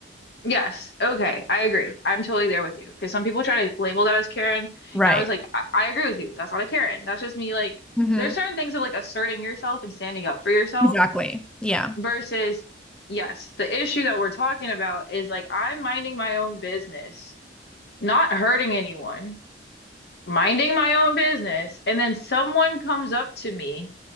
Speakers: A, on the left (about 65°); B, in the centre.
A: Yes. Okay. I agree. I'm totally there with you because some people try to label that as Karen, and
B: Right.
A: I was like, I, I agree with you. That's not a Karen. That's just me like
B: Mm-hmm.
A: there's certain things of like asserting yourself and standing up for yourself
B: Exactly. Yeah.
A: Versus, yes, the issue that we're talking about is like I'm minding my own business, not hurting anyone, minding my own business, and then someone comes up to me